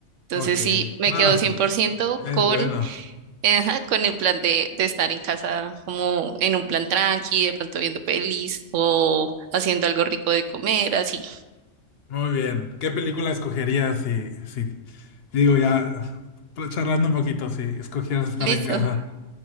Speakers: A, on the right; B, on the left.
A: Entonces
B: Ok,
A: sí, me
B: nada,
A: quedo
B: sí,
A: 100%
B: es es
A: con,
B: bueno.
A: eh, ajá, con el plan de, de estar en casa como en un plan tranqui, de pronto viendo pelis o haciendo algo rico de comer, así.
B: Muy bien. ¿Qué película escogerías si, si, digo ya, charlando un poquito, si escogieras estar
A: Listo.
B: en casa?